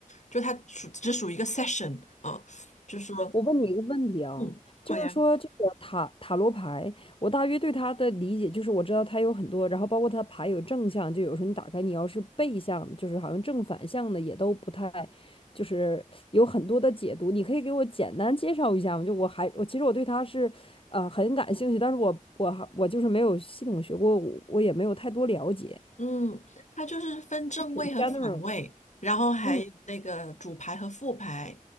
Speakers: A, on the left; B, on the left.
A: 就它属只属于一个 session 啊，就是说，
B: 我问你一个问题啊，
A: 嗯，好呀。
B: 就是说这个塔塔罗牌，我大约对它的理解就是，我知道它有很多，然后包括它牌有正向，就有时候你打开，你要是背向，就是好像正反向的也都不太，就是有很多的解读。你可以给我简单介绍一下吗？就我还我其实我对它是呃很感兴趣，但是我我还我就是没有系统学过，我我也没有太多了解。
A: 嗯，它就是分正位和反位，
B: 基础 general，
A: 然后还有那个主牌和副牌。
B: 嗯